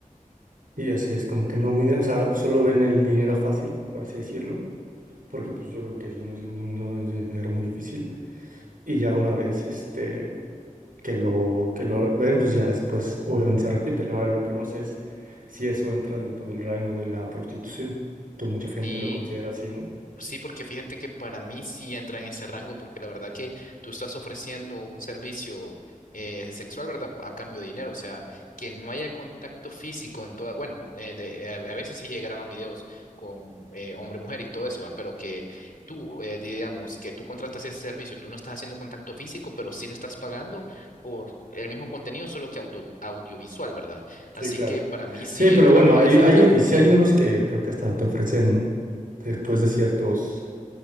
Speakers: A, on the right (about 85°); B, on the left (about 85°).
A: Y así es, como que no miden, o sea, solo ven el dinero fácil, por así decirlo, porque pues yo creo que sí, no es, un- no es un dinero muy difícil. Y ya una vez este, que lo, que lo ven, pues ya después obviamente se arrepienten. Ahora lo que no sé es si eso entra dentro del rango de la prostitución, que mucha
B: Sí.
A: gente lo considera así, ¿no?
B: Sí, porque fíjate que para mí sí entra en ese rango, porque la verdad que tú estás ofreciendo un servicio eh, sexual, ¿verdad? A cambio de dinero, o sea, que no haya contacto físico en toda, bueno, eh, de- eh, a veces sí llegaban videos con eh, hombre-mujer y todo eso, ¿va? Pero que tú, eh, digamos, que tú contratas ese servicio, tú no estás haciendo contacto físico, pero sí le estás pagando por el mismo contenido, solo que audio- audiovisual, ¿verdad? Así
A: Sí, claro.
B: que para mí sí
A: Sí, pero
B: entra
A: bueno,
B: en
A: hay,
B: ese
A: hay,
B: dilema.
A: y sí hay unos que creo que hasta te ofrecen después de ciertos,